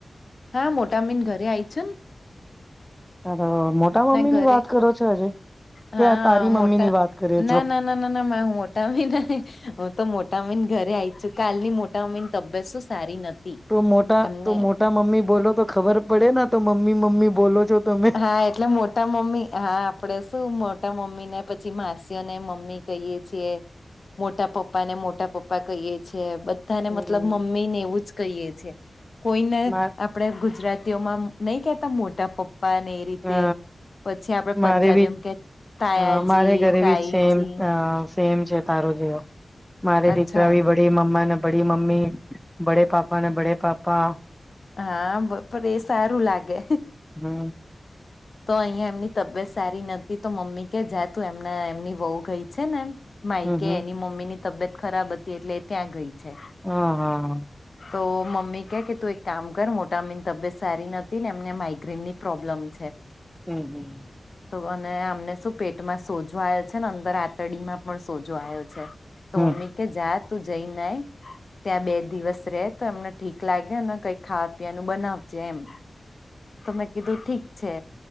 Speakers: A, on the left; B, in the centre.
A: હા મોટા મિન ઘરે આય છે.
B: હ મોટા મમ્મી
A: ઘરે
B: ની વાત કરો છો હજે
A: હા
B: ક્યાં તારી મમ્મી
A: મોટા
B: ની વાત કરે
A: ના
B: છો
A: ના ના ના ના મોટા ભી ના તો મોટા મહયને ઘરે આવી છું કાલની મોટા મયની તબિયત શું સારી નથી.
B: તો મોટા
A: એમને
B: તો મોટા મમ્મી બોલો તો ખબર પડે ને તો મમ્મી મમ્મી બોલો છો, તમે
A: હા એટલે મોટા મમ્મી, હા આપડે શું મોટા મમ્મી ને પછ છી માસીયો ને મમ્મી કહીએ છીએ. મોટા પપ્પા ને મોટા પપ્પા કહીએે છે, બધ ધા
B: હમ
A: ને મતલબ મમ્મી ને એવું જ કહીએ છે. કોઈને
B: મા
A: આપ પણે ગુજરાતીઓમાં નહીં કહેતા મોટા પપ્પાને એ રીતે
B: અ
A: પછી આપણે પંજાબીયોમાં
B: મારે બી
A: કેત, તાયાજી,
B: અ મારે ઘરે
A: તાઈજી
B: બી સેમ અ સેમ છે તારો જેવો. મારે
A: અચ્છા
B: દીકરા ભી <unintelligible> ડી મમ્માને બડી મમ્મી, બડે પાપા બડે પાપા
A: હા, બ પણ એ સારું લાગે.
B: હમ
A: તો અહીંયા એમની તબિયત સારી નથી તી મમ્મી કે જા તું એમના એમની વહુ ગઈ છે ને એમ માઈકે
B: હમ હમ
A: એની મમ્મીની તબિયત ખરાબ હતી એટલે એ ત્યાં ગઈ છે.
B: હા, હા.
A: તો મમ્મી કે કે તું એક કામ કર મોટા અમ્મીની તબિયત સારી નથી ને એમને માઇગ્રેન ની પ્રોબ્લેમ છે
B: હમ્મ-હમ્મ.
A: તો અને અમને શું પેટમાં સોજો આયો છે, ને અંદર આંતરડીમાં પણ સોજો આયો છે. તો
B: હમ
A: મમ્મી કે જા તું જઈ ને આય, ત્યાં બે દિવસ રહે તો એમને ઠીક લાગે ને કઈ ખાવા પીવાનું બનાવજે એમ. તો મેં કીધું ઠીક છે.